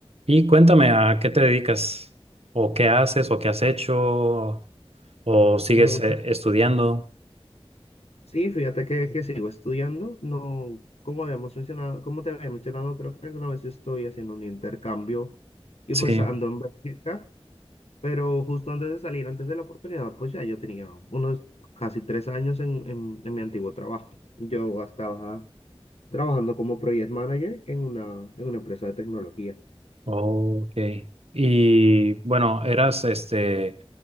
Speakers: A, on the right (about 75°); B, on the left (about 85°).
A: Y cuéntame, ¿a qué te dedicas? ¿O qué haces? ¿O qué has hecho? ¿O sigues
B: No,
A: eh,
B: pues
A: estudiando?
B: sí, fíjate que, que sigo estudiando. No, como habíamos mencionado, como te había mencionado, creo que alguna vez yo estoy haciendo un intercambio y
A: Sí.
B: pues ando en Bélgica, pero justo antes de salir, antes de la oportunidad, pues ya yo tenía unos casi tres años en, en, en mi antiguo trabajo. Yo estaba trabajando como project manager en una, en una empresa de tecnología.
A: Ok. Y bueno, eras este